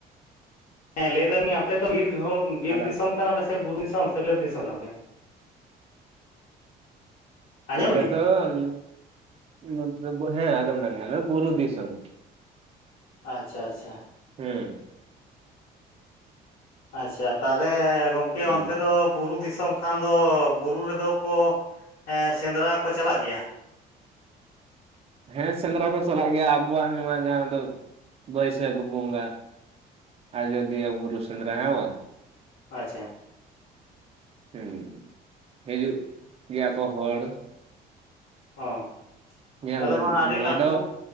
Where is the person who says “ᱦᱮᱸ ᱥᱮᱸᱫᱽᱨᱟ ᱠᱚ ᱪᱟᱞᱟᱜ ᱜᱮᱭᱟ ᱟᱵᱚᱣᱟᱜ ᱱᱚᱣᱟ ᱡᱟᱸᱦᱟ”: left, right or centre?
Right